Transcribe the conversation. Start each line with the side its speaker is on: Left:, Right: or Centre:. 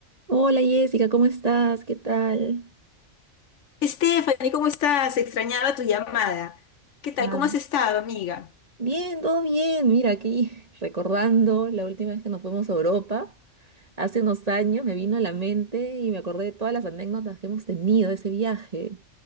Right: Hola Jessica, ¿cómo estás? ¿Qué tal?
Left: Stephanie, ¿cómo estás? Extrañaba tu llamada. ¿Qué tal?
Right: Ah,
Left: ¿Cómo has estado, amiga?
Right: bien, todo bien. Mira, aquí <laughs> recordando la última vez que nos fuimos a Europa, hace unos años me vino a la mente y me acordé de todas las anécdotas que hemos tenido de ese viaje